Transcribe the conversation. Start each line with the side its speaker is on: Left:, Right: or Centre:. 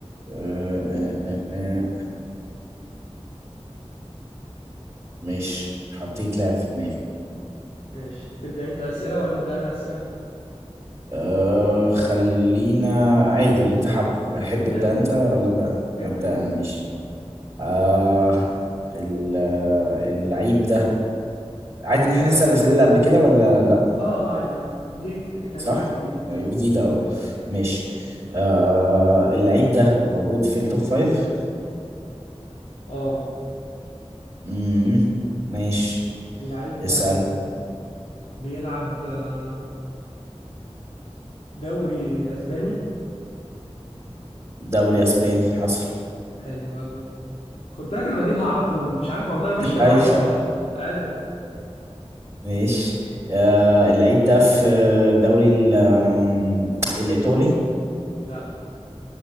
Right: آه آه آه آه، ماشي حطيت لاعب في دماغي
Left: ماشي تبدأ انت اسئله ولا ابدأ انا اسئله
Right: آه خلينا عادي اللي انت حابه احب
Left: ابدأ
Right: ابدا
Left: انت
Right: انت ولا ابدا
Left: ابدأ
Right: انا ابدا
Left: انت
Right: انا ماشي آه ال- آه، اللعيب ده عادي ان احنا نسال الاسئله اللي قبل كده ولا لا
Left: اه اه عادي اه دي كان
Right: صح
Left: لعبه جديده
Right: آه، جديده اه ماشي آه اللعيب ده موجود في التوب فايف
Left: اه
Right: مم، ماشي
Left: اللعيب بتاعي
Right: اسال
Left: ده بيلعب آه، دوري اسباني
Right: دوري اسباني حصل
Left: حلو قوي خد بالك انا بجيبها على طول مش عارف والله ماشيه معايا
Right: اي
Left: عنب
Right: <laughs> ماشي آه، اللعيب ده في الدوري ال- آم، الإيطالي
Left: لا